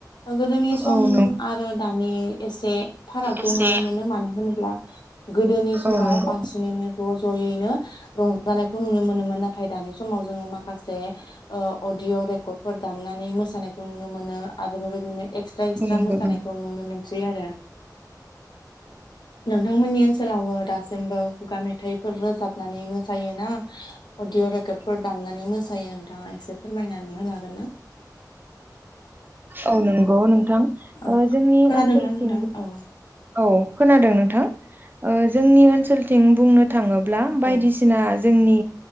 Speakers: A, on the left; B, on the right.
A: गोदोनि सम
B: औ नंगौ
A: आरो दानि एसे फारागखौ
B: एसे
A: नुनो मोनो मानो होनोब्ला? गोदोनि समाव
B: औ नंगौ
A: बांसिनैनो ज' ज'यैनो रंजानायखौ नुनो मोनोमोन नाथाय दानि समाव जोङो माखासे अडअ' रेकर्डफोर दामनानै मोसानायखौ नुनो मोनो आरो बेबायदिनो एक्सट्रा एक्सट्रा
B: नंगौ
A: मोसानायखौ नुनो मोनसै आरो। नोंथांमोननि ओनसोलावबो दासिमबो खुगा मेथाइफोर रोजाबनानै मोसायो ना अदिअ' रेकर्डफोर दामनानै मोसायो? नों नोंथाङा एसे फोरमायनानै होनो हागोन ना?
B: औ नंगौ नोंथां
A: औ
B: जोंनि
A: खोनादोंना
B: ओनसोलथिं
A: नोंथां औ
B: औ खोनादों नोंथां जोंनि ओनसोलथिं बुंनो थाङोब्ला बायदिसिना
A: औ
B: जोंनि